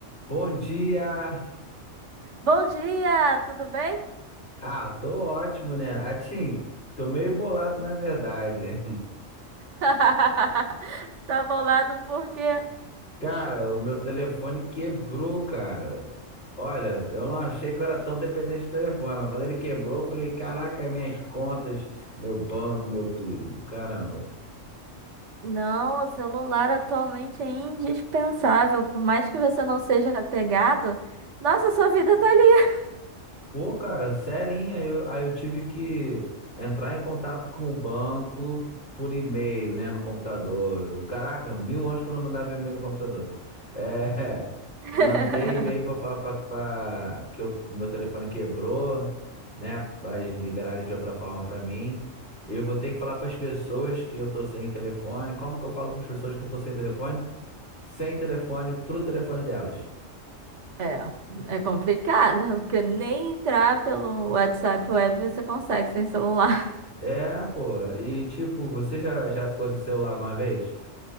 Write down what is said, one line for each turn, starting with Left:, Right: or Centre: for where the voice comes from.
Left: Bom dia!
Right: Bom dia, tudo bem?
Left: Ah, tô ótimo, né? Atim, tô meio bolado na verdade.
Right: <laughs> Tu tá bolado porque
Left: <laughs> Cara, o meu telefone quebrou, cara. Olha, eu não achei que eu era tão dependente de telefone, mas quando ele quebrou, eu falei: caraca, minhas contas, meu banco, meu tudo. Caramba.
Right: não, o celular atualmente é indispensável, por mais que você não seja apegado. Nossa, sua vida tá ali.
Left: Pô, cara, serinha, aí eu, aí eu tive que entrar em contato com o banco por e-mail, né, no computador. Caraca, mil anos que eu não mandava e-mail no computador. É, <laughs>
Right: <laughs>
Left: mandei e-mail pra falar pra, pra- que, eu- que o meu telefone quebrou, né, pra eles liberarem de outra forma pra mim. E Eu vou ter que falar pras pessoas que eu tô sem telefone. Como que eu falo pras pessoas que eu tô sem telefone? Sem telefone pro telefone delas.
Right: É, é complicado, porque nem entrar pelo WhatsApp Web você consegue sem celular.
Left: É, pô. E tipo, você já, já ficou sem celular alguma vez?